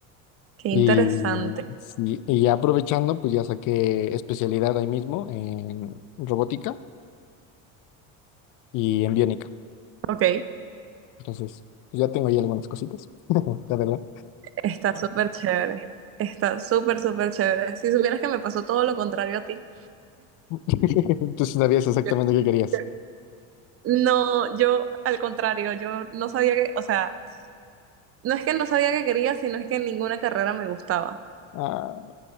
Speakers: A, on the right (about 35°); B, on the left (about 55°).
A: Qué
B: Y,
A: interesante.
B: sí, y ya aprovechando, pues ya saqué especialidad ahí mismo en robótica y en biónica.
A: Ok,
B: Entonces, pues ya tengo ahí algunas cositas, <laughs> la verdad.
A: Está súper chévere. Está súper, súper chévere. Si supieras que me pasó todo lo contrario a ti.
B: <laughs> Tú sí sabías exactamente
A: Yo-
B: qué querías.
A: yo- No, yo al contrario, yo no sabía que, o sea, no es que no sabía que quería, sino es que ninguna carrera me gustaba.
B: Ah,